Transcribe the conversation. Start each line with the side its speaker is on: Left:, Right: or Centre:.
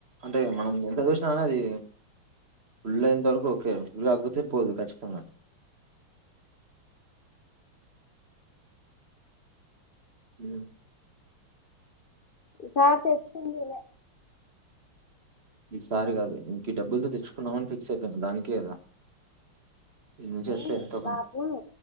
Right: అంటే మనం ఎంత చూసినా కానీ, ఫళ్ళ ఇంత వరకు ఓకే ఫల్ ఆగపోతే పోదు కఖచ్చితంగా అ
Left: విసార తెచ్చకుందిలే
Right: ఈ సారి కాదదు ఇంక ఈ డబ్బులతో తెచ్చుకున్నామని ఫిక్స్ అయిపోయింది దానికే కదా ఇ నుంచి
Left: ఆ
Right: వస్తే ఎంతో కొంత
Left: పాపను